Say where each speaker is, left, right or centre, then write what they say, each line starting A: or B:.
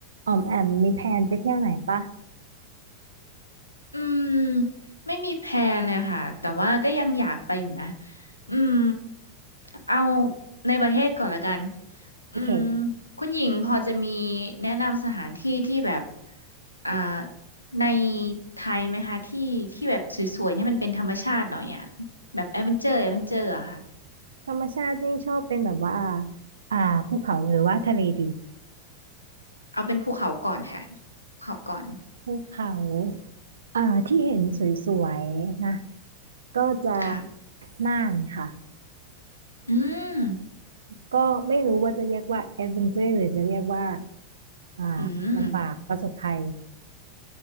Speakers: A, on the right; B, on the left.
A: อ๋อมแอมมีแพลนไปเที่ยวไหนปะ
B: อืมไม่มีแพลนเลยค่ะแต่ว่าก็ยังอยากไปอยู่นะอืมเอาในประเทศก่อนละกัน
A: โอเค
B: อืมคุณหญิงพอจะมีแนะนำสถานที่ที่แบบอ่าในไทยไหมคะที่ที่แบบสวยๆให้มันเป็นธรรมชาติหน่อยอ่ะแบบแอดเวนเจอร์แอดเวนเจอร์อะค่ะ
A: ธรรมชาตินี่ชอบเป็นแบบว่าอ่าภูเขาหรือว่าทะเลดี
B: เอาเป็นภูเขาก่อนค่ะภูเขาก่อน
A: ภูเขาอ่าที่เห็นสวยๆนะก็จะ
B: ค่ะ
A: น่านค่ะ
B: อืม
A: ก็ไม่รู้ว่าจะเรียกว่าแอดเวนเจอร์หรือจะเรียกว่าอ่า
B: อืม
A: ลำบากประสบภัย